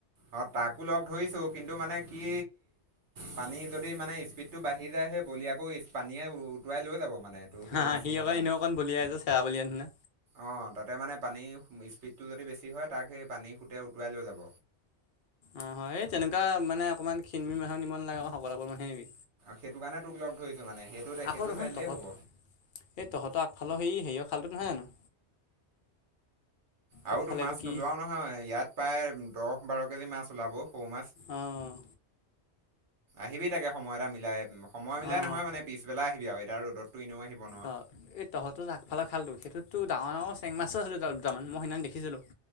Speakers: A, on the right (about 80°); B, on the left (about 55°).
A: অঁ তাকো লগ ধৰিছোঁ কিন্তু মানে কি পানী যদি মানে স্পীডটো বাঢ়ি যায়হেই কলিয় আাকো পানীয়ে উটুৱাই লৈ যাব মানে টো সেই
B: হা
A: মেচিনৰ
B: সি আকৌ
A: পানী
B: এনেও অকণ বলিয়াই যে চেৰা বলিয়া নিচিনা
A: অঁ তাতে মানে পানী স্পীডটো যদি বেছি হয় তাক সেই পানী খুতে উটুৱাই লৈ যাব
B: অ হয় এই তেনেকুৱা মানে অকনমান খিনমি মানুহ নিব নালাগে সকলোোকৰ মানুহে নিিববি
A: সেইটো কাৰণে তোক লগ ধৰিছোঁ মানে সেইটো সেইটো
B: আকৌন
A: চাই দিলেই
B: তহঁত
A: হ'ব
B: সেই তহঁতৰ আগফালেৰ সেই সেয় খাল্টো নহয় জানো
A: আৰু
B: আগফালে
A: তো মাছ
B: এইটো কি
A: নোলোৱাও নহয় ইয়াত প্ৰায় দহ বাৰ কেজি মাছ ওলাব চৌ মাছ
B: অঁ
A: আহিবি তাকে সময় এটা মিলাই উ সময় মিলাই
B: অঁ
A: নহয় মানে পিছবেলাই আহিবি আৰু এতিয়া ৰ'দততো এনেও আহিব ন
B: অঁ এই তহঁতৰ আগফালৰ খালটো সেইতো ডাঙৰ ডাঙ চেং মাছ আছিল ত দুটামান মই সেইনা দেখিছিলো